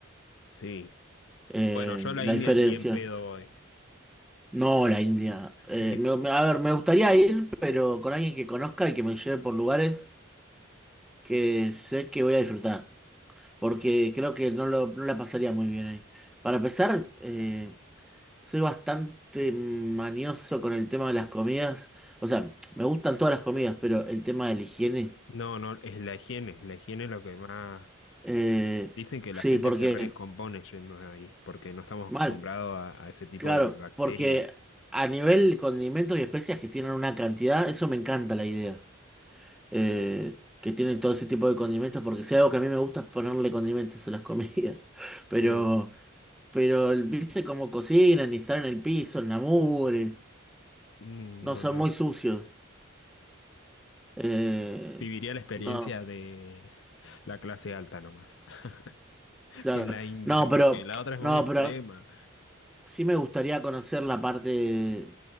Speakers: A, on the left; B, in the centre.
A: Sí.
B: eh,
A: Bueno, yo a la
B: la
A: India
B: diferencia.
A: ni en pedo voy.
B: No, la India. Eh,
A: <laughs>
B: me- me- a ver, me gustaría ir, pero con alguien que conozca y que me lleve por lugares que sé que voy a disfrutar, porque creo que no, lo, no la pasaría muy bien ahí. Para empezar, eh, Soy bastante manioso con el tema de las comidas. O sea, me gustan todas las comidas, pero el tema de la higiene.
A: No, no, es la higiene. La higiene es lo que más.
B: eh,
A: Dicen que la
B: sí,
A: gente
B: porque.
A: se redescompone yendo de ahí, porque no estamos
B: Mal,
A: acostumbrados a, a ese tipo
B: claro.
A: de bacterias.
B: Porque a nivel condimentos y especias que tienen una cantidad, eso me encanta la idea. eh, que tienen todo ese tipo de condimentos, porque si hay algo que a mí me gusta es ponerle condimentos a las comidas. <laughs> Pero,
A: Sí,
B: pero viste cómo cocinan y están en el piso, en la mugre.
A: Mm,
B: No
A: no,
B: son
A: no.
B: muy sucios. Eh,
A: Viviría la experiencia
B: no.
A: de la clase alta nomás, <laughs>
B: Claro.
A: en la India,
B: No, pero,
A: porque la otra es
B: no,
A: muy extrema.
B: pero sí me gustaría conocer la parte,